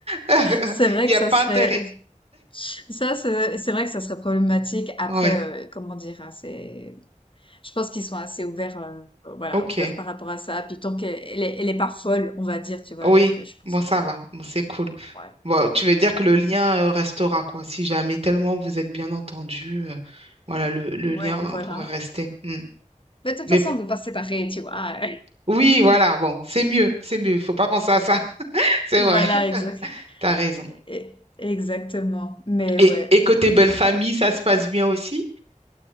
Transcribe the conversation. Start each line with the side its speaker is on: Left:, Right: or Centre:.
Right: <laughs>
Left: c'est vrai
Right: Il n'y
Left: que
Right: a
Left: ça
Right: pas
Left: serait,
Right: intérêt.
Left: ça, c'est c'est vrai que ça serait problématique. Après,
Right: Oui.
Left: euh, comment dire, hein, c'est, je pense qu'ils sont assez ouverts, euh, voilà,
Right: OK.
Left: ouverts par rapport à ça. Puis tant qu'elle elle est, elle est pas folle, on va dire, tu vois.
Right: Oui.
Left: Donc, euh, je pense
Right: Bon,
Left: que,
Right: ça va. Bon, c'est cool.
Left: ouais,
Right: Bon, tu veux dire que le lien euh, restera, quoi. Si jamais tellement vous êtes bien entendu, euh, voilà, le, le
Left: ouais,
Right: lien euh,
Left: voilà.
Right: pourrait rester. Mm.
Left: Mais de toute
Right: Mais
Left: façon,
Right: bon.
Left: on peut pas se séparer, tu vois. <laughs>
Right: Oui, voilà, bon, c'est mieux, c'est mieux, il faut pas penser à ça. <laughs> C'est
Left: Voilà,
Right: vrai,
Left: exact,
Right: t'as raison.
Left: e- exactement. Mais
Right: Et,
Left: ouais.
Right: et côté
Left: Et
Right: belle famille, ça se passe bien aussi?